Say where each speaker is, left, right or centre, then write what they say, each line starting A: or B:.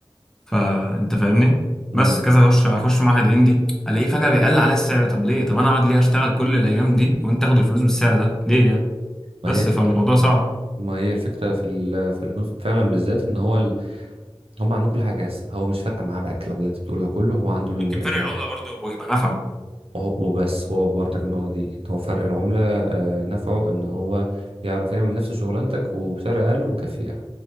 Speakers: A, in the centre; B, on the right.
A: فانت فاهمني
B: امم
A: بس كذا اخش اخش معهد هندي الاقيه فجأة بيقل على السعر طب ليه طب انا اقعد ليه اشتغل كل الايام دي وانت تاخد الفلوس بالسعر ده ليه يعني بس
B: ما هي الفكره
A: فالموضوع صعب
B: ما هي الفكره في ال... في الهنود فعلا بالذات ان هو ال... هم عندهم كل حاجه جاهزه هو مش فارقه معاه بقى الكلام اللي انت بتقوله ده كله هو عنده ال-
A: ممكن فرق
B: الموضوع
A: العملة برضو يبقى نفعه
B: وهو- وبس هو برضك النقطه دي ان هو فرق العمله آه، نفعه ان هو يعرف يعمل نفس شغلانتك وبسعر اقل ومكفيه